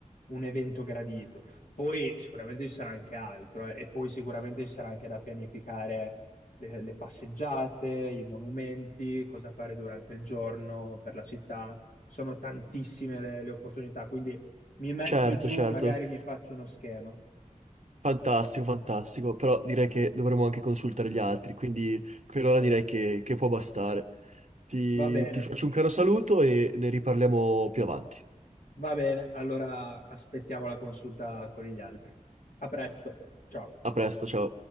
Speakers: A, on the left; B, on the right.
A: un evento gradito. Poi sicuramente ci sarà anche altro, eh, e poi sicuramente ci sarà anche da pianificare le, le passeggiate, i monumenti, cosa fare durante il giorno per la città. Sono tantissime le le opportunità, quindi mi metto
B: Certo,
A: giù,
B: certo.
A: magari mi faccio uno schema.
B: Fantastico, fantastico. Però direi che dovremmo anche consultare gli altri, quindi per
A: Sì,
B: ora direi che, che può bastare. Ti,
A: va bene,
B: ti faccio un caro saluto e ne riparliamo più avanti.
A: va bene. Allora aspettiamo la consulta con gli altri. A presto, ciao.
B: A presto, ciao.